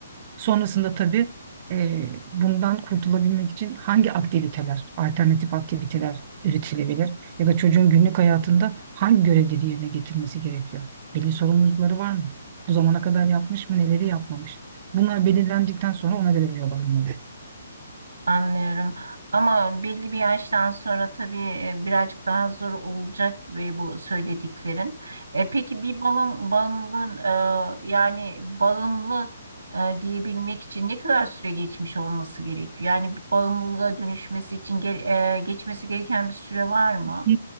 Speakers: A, on the right (about 40°); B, on the right (about 85°).
A: Sonrasında tabii e, bundan kurtulabilmek için hangi aktiviteler, alternatif aktiviteler üretilebilir ya da çocuğun günlük hayatında hangi görevleri yerine getirmesi gerekiyor? Belli sorumlulukları var mı? Bu zamana kadar yapmış mı, neleri yapmamış? Bunlar belirlendikten sonra ona göre bir yol alınmalı.
B: Anlıyorum. Ama belli bir yaştan sonra tabii e, birazcık daha zor olacak gibi bu söylediklerin. E, peki bir balım, bağımlılığın e, yani bağımlı e, diyebilmek için ne kadar süre geçmiş olması gerekiyor? Yani bir bağımlılığa dönüşmesi için ge- e, geçmesi gereken bir süre var mı?
A: Hı.